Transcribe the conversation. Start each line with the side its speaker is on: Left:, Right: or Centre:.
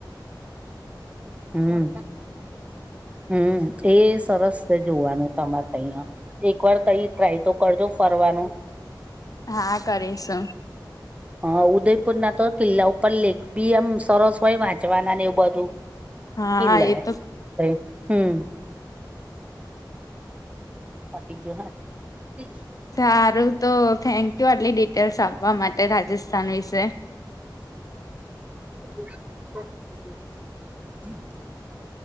Right: હમ્મ. હમ્મ એ સરસ છે જોવાનું તમારે તઈ અ. એકવાર તઈ ટ્રાય તો કરજો ફરવાનો.
Left: હા કરીશું
Right: હા ઉદય પુરના તો કિલ્લા ઉપર લેખ બી એમ સરસ હોય વાંચવાના ને એવું બધું.
Left: હા
Right: કિલ્લા
Left: એ
Right: હે
Left: તો
Right: ફરી હમ્મ. <inaudible>
Left: સારું તો થેન્કયુ આટલી ડિટેલ્સ આપવા માટે રાજસ્થાન વિશે.
Right: <inaudible>